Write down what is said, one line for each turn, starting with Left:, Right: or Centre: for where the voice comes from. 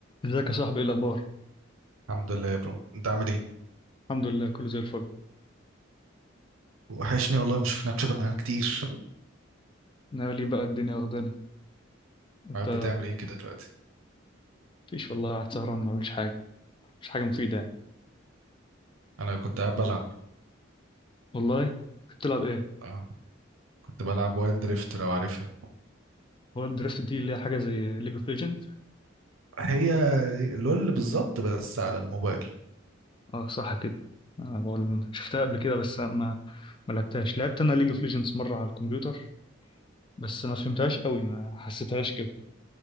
Left: ازيك يا صاحبي ايه الاخبار
Right: الحمد لله يا برو انت عامل ايه
Left: الحمد لله كله زي الفل
Right: وحشني والله ما شفناكش بقالنا كتير
Left: ناوي ليه بقى الدنيا واخدانا انت
Right: قاعد بتعمل ايه كده دلوقتي
Left: مفيش والله قاعد سهران ما بعملش حاجه مش حاجه مفيده يعني
Right: انا كنت قاعد بلعب
Left: والله كنت بتلعب ايه
Right: اه كنت بلعب وايلد دريفت لو عارفها
Left: هو الدرافت دي اللي هي حاجه زي ليج اوف ليجند
Right: هي لول بالظبط بس على الموبايل
Left: اه صح كده انا بقول شفتها قبل كده بس ما ما لعبتهاش لعبت انا ليج اوف ليجندز مره على الكمبيوتر بس ما فهمتهاش قوي ما حسيتهاش كده